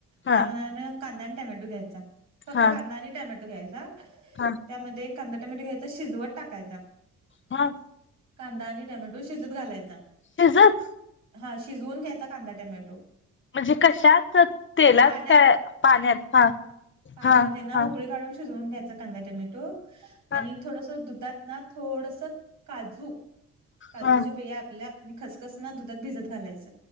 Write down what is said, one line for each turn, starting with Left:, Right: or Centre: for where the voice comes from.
Left: हा
Right: त्या मानान कांदा आणि टमॅटो घ्यायचा. फक्त
Left: हा
Right: कांदा आणि टॅमॅटो घ्यायचा.
Left: हा
Right: त्यामध्ये कांदा टोमॅटो घ्यायचा शिजवत टाकायचा.
Left: हा
Right: कांदा आणि टमॅटो शिजत घालायचा.
Left: शिजत
Right: हा शिजवून घ्यायचा कांदा टमॅटो.
Left: म्हणजे कशाच तेलात
Right: पाण्यात
Left: का पाण्यात. हा
Right: पाण्यामध्ये
Left: हा
Right: ना
Left: हा
Right: उकळी काढून शिजवून घ्यायचा. कांदा टमॅटो आणि
Left: हा
Right: थोडस दुधात ना थोडस काजू काजूच्या
Left: हा
Right: बिया आपल्या आणि खसखस ना दुधात भिजत घालायच.